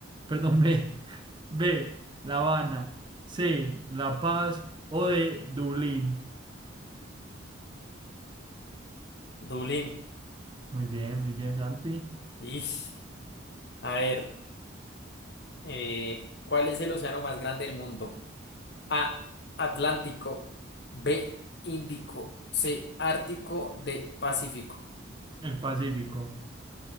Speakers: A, on the right; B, on the left.
A: perdón, B, <laughs> B, La Habana, C, La Paz o D, Dublín.
B: Dublín.
A: Muy bien, muy bien, Santi.
B: Ish. A ver, eh, ¿cuál es el océano más grande del mundo? A, Atlántico, B, Índico, C, Ártico, D, Pacífico.
A: El Pacífico.